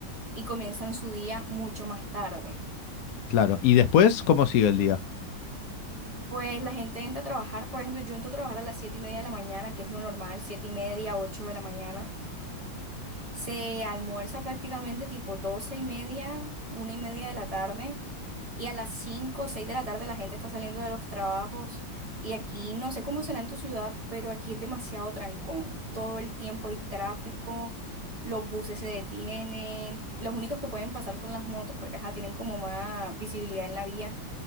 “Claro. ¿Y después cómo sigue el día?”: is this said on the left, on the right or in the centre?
Left